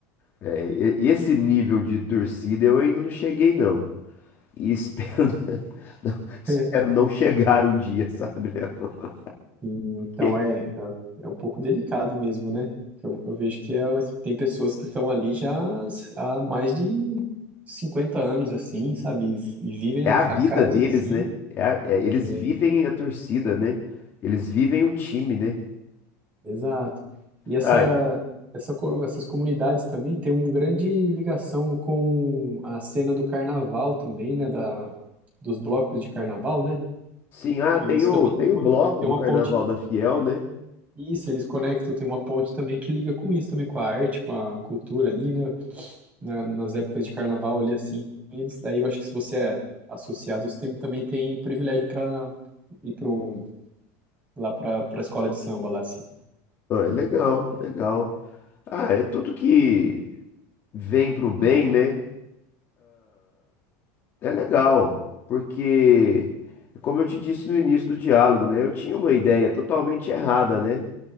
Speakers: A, on the left; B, on the right.
A: É, e- esse nível de torcida eu ainda não cheguei, não. E espero, <laughs> não, espero
B: <laughs>
A: não chegar um dia, sabe? Léo?
B: Então
A: Porque
B: é, é, é um pouco delicado mesmo, né? Eu, eu vejo que é- tem pessoas que estão ali já há mais de 50 anos, assim, sabe? E, e vivem
A: É
B: a,
A: a vida
B: a causa
A: deles,
B: assim.
A: né? É a- é- eles
B: É,
A: vivem a torcida, né? Eles vivem o time, né?
B: Exato. E essa,
A: Ai,
B: essa, co- essas comunidades também têm uma grande ligação com a cena do carnaval também, né? Da, dos blocos de carnaval, né?
A: sim, ah,
B: Eu-
A: tem
B: Isso
A: o,
B: também
A: tem
B: tem uma,
A: o bloco
B: tem
A: do
B: uma
A: Carnaval
B: ponte.
A: da Fiel, né?
B: Isso, eles conectam, tem uma ponte também que liga com isso também, com a arte, com a cultura ali, né? na- nas épocas de carnaval ali, assim, eles, daí eu acho que se você é associado, você tem- também tem privilégio para ir para um, lá para a escola de samba lá, assim.
A: Ah, legal, legal. Ah, é tudo que vem pro bem, né? É legal, porque, como eu te disse no início do diálogo, né? Eu tinha uma ideia totalmente errada, né?